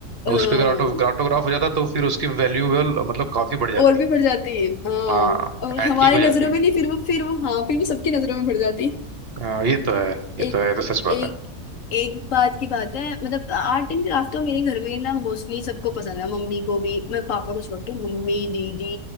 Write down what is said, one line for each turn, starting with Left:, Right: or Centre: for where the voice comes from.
Right: और
Left: हाँ
Right: उस पे अगर ऑटो ऑटोग्राफ हो जाता तो फिर उसकी वैल्यूबल मतलब काफी बढ़ जाती
Left: और भी बढ़ जाती है। हाँ
Right: हाँ
Left: और हमारी
Right: एंटीक हो
Left: नजरों
Right: जाती
Left: में नहीं फिर वो फिर वो हाँ फिर वो सबकी नजरों में बढ़ जाती
Right: हाँ ये तो है ये
Left: एक
Right: तो है ये तो सच बात
Left: एक
Right: है
Left: एक बात की बात है मतलब आर्ट एंड क्राफ्ट तो मेरे घर में ना मोस्टली सबको पसंद है मम्मी को भी मैं पापा को छोड़ के मम्मी दीदी